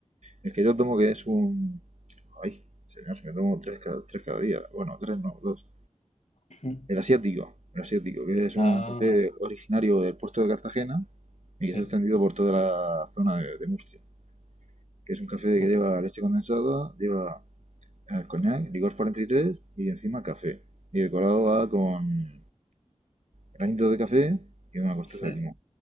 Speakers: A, on the right (about 70°); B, on the left (about 65°).
A: el que yo tomo, que es un... Ay, señor, me tomo tres cada, tres cada día. Bueno, tres no, dos.
B: ujú.
A: El asiático, el asiático, que es un
B: Ah,
A: café originario del puerto de Cartagena y
B: sí,
A: que se ha extendido por toda la zona de, de Murcia. Que es un café
B: oh,
A: que lleva
B: man,
A: leche condensada, lleva eh, coñac, licor 43 y tres y encima café. Y decorado va con granitos de café y una corteza
B: sí,
A: de limón.